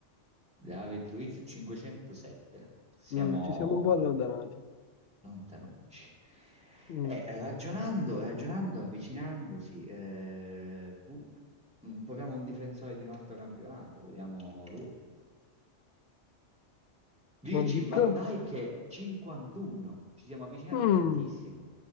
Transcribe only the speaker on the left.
Mm, ci siamo un po' allontanati.
Mm.
Van Dijk?
Mm.